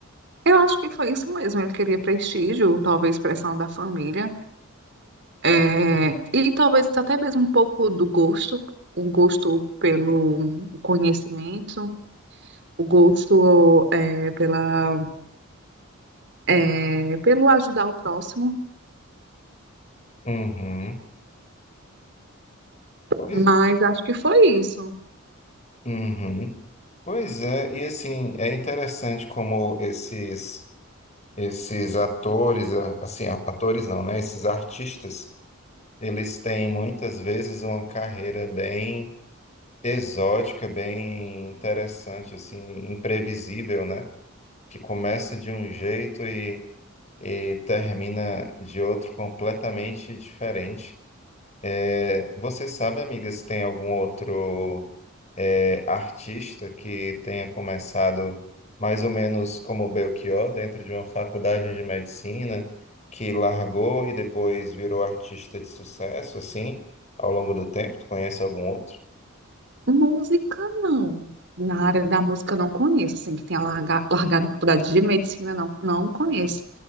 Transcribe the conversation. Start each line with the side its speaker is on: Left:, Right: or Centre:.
Right: Eu acho que foi isso mesmo. Ele queria prestígio, talvez pressão da família, é, e talvez até mesmo um pouco do gosto, o gosto pelo conhecimento, o gosto é, pela, é, pelo ajudar o próximo.
Left: Uhum. Pois,
Right: Mas acho que foi isso.
Left: uhum. Pois é, e assim, é interessante como esses esses atores, a- assim, a- atores não, né? Esses artistas, eles têm muitas vezes uma carreira bem exótica, bem interessante, assim, imprevisível, né? que começa de um jeito e, e termina de outro completamente diferente. É, você sabe, amiga, se tem algum outro é, artista que tenha começado mais ou menos como Belchior, dentro de uma faculdade de medicina, que largou e depois virou artista de sucesso, assim, ao longo do tempo? Tu conhece algum outro?
Right: Música, não. Na área da música, eu não conheço. Assim, que tenha larga- largado a faculdade de medicina, não, não conheço.